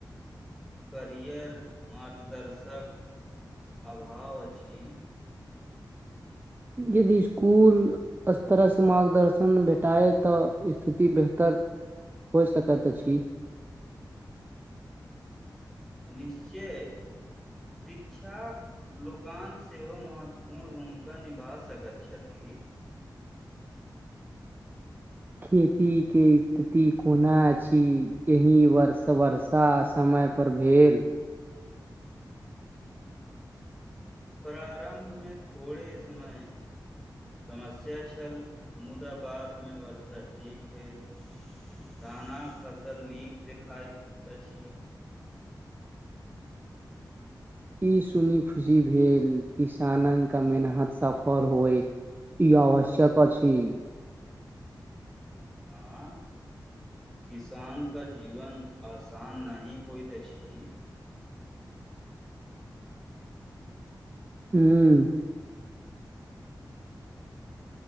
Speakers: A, in the centre; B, on the right (about 25°).
A: करियर मार्गदर्शक अभाव अछि
B: यदि स्कुल स्तरसँ मार्गदर्शन भेटाए तऽ स्थिति बेहतर हो सकैत अछि
A: निश्चय शिक्षाक लोकान सेहो महत्वपूर्ण भूमिका निभा सकैत छथि की
B: खेतीके स्थिति कोना अछि एहि व वर्षा समय पर भेल
A: प्रारंभ मे थोड़े समय समस्या छल मुदा बादमे वर्षा ठीक भेल धानाक फसल नीक देखाइत अछि
B: ई सुनी खुशी भेल किसाननका मेनहत सफल होय ई आवश्यक अछि
A: आंय किसानके जीवन आसान नहि होइत अछि
B: हूँ